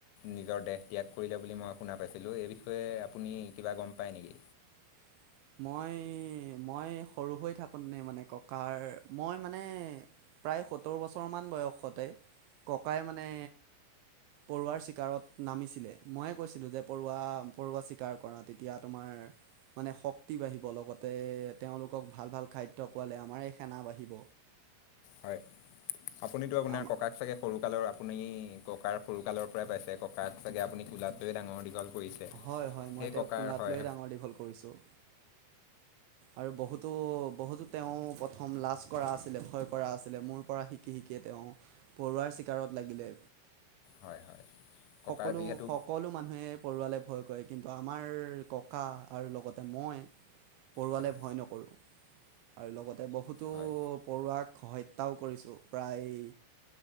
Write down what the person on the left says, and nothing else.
নিজৰ দেশ ত্যাগ কৰিলে। বুলি মই শুনা পাইছিলো। এই বিষয়ে আপুনি কিবা গম পাই নেকি?
হয়। আপুনিতো আপোনাৰ
ককাক চাগে সৰুকালৰ আপুনি ককাৰ সৰুকালৰ পৰাই পাইছে। ককাক চাগে আপুনি কোলাট লৈয়ে ডাঙৰ দীঘল কৰিছে
সেই
ককাৰ
হয়
হয় হয় ককাৰ
যিহেতু
হয়
হয়